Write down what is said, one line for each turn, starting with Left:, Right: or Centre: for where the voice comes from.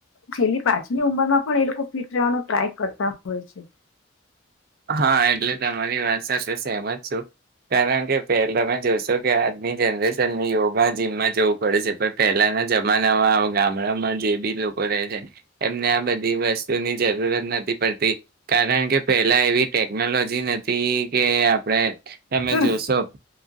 Left: છેલ્લી પાછની ઉંમરમાં પણ એ લોકો ફિટ રહેવાનો ટ્રાય કરતા હોય છે.
Right: હા એટલે તમારી વાત સાથે સહેમજ છું. કારણ કે પહેલા તમે જોશો કે આજની જનરેશન યોગા જીમમાં જવું પડે છે. પણ પહેલાના જમાનામાં ગામડામાં જે બી લોકો રહે છે. એમને આ બધી વસ્તુની જરૂરત નથી પડતી. કારણ કે પ એટલા એવી ટેકનોલોજી નથી કે આપડે. એમે
Left: હમ.
Right: જોસપ.